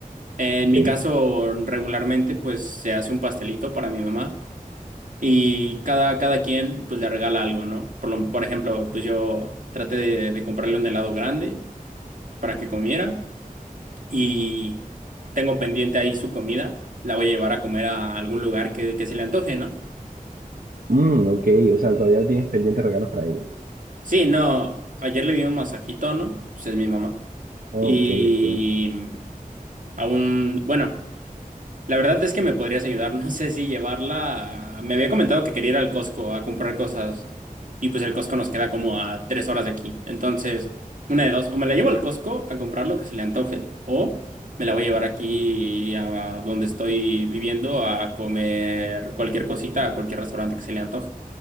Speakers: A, on the right (about 60°); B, on the right (about 80°).
A: En
B: Ok.
A: mi caso, regularmente pues se hace un pastelito para mi mamá y cada, cada quien pues le regala algo, ¿no? Por lo- por ejemplo, pues yo traté de de comprarle un helado grande para que comiera. y tengo pendiente ahí su comida, la voy a llevar a comer a algún lugar que, que se le antoje, ¿no?
B: Mm, ok, o sea, todavía tienes pendientes regalos para ella.
A: Sí, no, ayer le di un masajito, ¿no? Pues es mi mamá. Y
B: Ok, ok.
A: aún, bueno. La verdad es que me podrías ayudar. <laughs> No sé si llevarla. a- Me había comentado que quería ir al Costco a comprar cosas. Y pues el Costco nos queda como a tres horas de aquí. Entonces, una de dos. O me la llevo al Costco a comprar lo que se le antoje. O me la voy a llevar aquí a donde estoy viviendo a comer cualquier cosita, a cualquier restaurante que se le antoje.